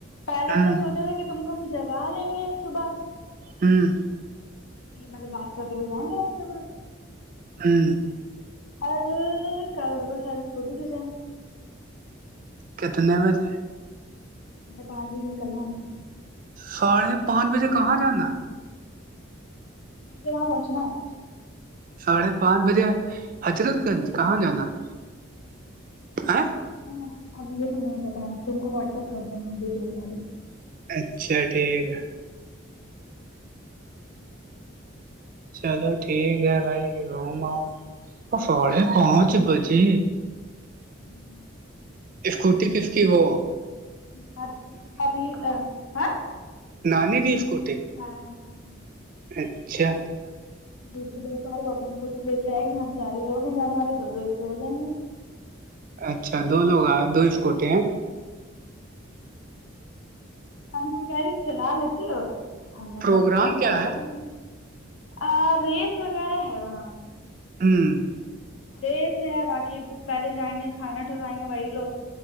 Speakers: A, on the left; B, on the right.
A: پہلے
B: ہوں
A: ہم نے سوچا تھا کہ تم کو ہم جگا لیں گے صبح
B: ھمم
A: یہ مطلب بادشاہ تو جائیں گ راستے
B: ھمم
A: اورر کل د کو ساری اسکوٹی سے جے
B: کتنے بجے
A: مرے پان د نکلنا ہوا
B: ساڑھے پانچ بجے کہاں جانا ہے
A: توا پسنا
B: ساڑھے پانچ بجے حضرت گنج کہاں جانا ہے ہے
A: ہاں اب یہ تو نہیں پتا ا تم کو واٹس ایپ کر د دووں گا ڈیٹیل سے
B: اچھا ٹھیک ہے چلو ٹھیک ہے بھائی روم آؤ ساڑے پانچ بجے
A: ھممم
B: اسکوٹی کس کی وہ
A: تو آنی ہاں
B: نان دیس کوٹے <unintelligible>
A: ہاںچا
B: اچھا
A: دوسری دس آئے وہ اپنی اسکوٹی لے آئے گی ہم چار ہیوگ ہیں جانے والے دو دو ایسے ہو جائیں گے
B: اچھا دو لوگ دو اسکوٹے ہیں
A: ھمم ہم تو گاڑی چلا لیتی اور ہم نے
B: پروگرام
A: کہا ہاں
B: کیا
A: چلا
B: ہے
A: لیتی ا ریس وغیرہ ہے وہاں
B: ھمم
A: ارےسے ہے باقی پہلے جائیں گے کھانا ٹھرائیں گے وہی لوگ